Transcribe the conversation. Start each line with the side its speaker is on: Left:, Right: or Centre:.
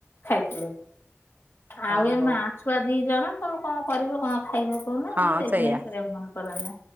Left: ଖାଇଥିଲେ।
Right: ହଉ
Left: ଆଉ ଏ
Right: ହଉ
Left: ମା ଛୁଆ ଦିଜଣ ତ କଣ କରିବ କଣ ଖାଇବ କହୁନା
Right: ହଁ
Left: ମୁଁ ସେଇଥି
Right: ସେଇଆ
Left: ନାଗି କରିବାକୁ ମନ କରେନା।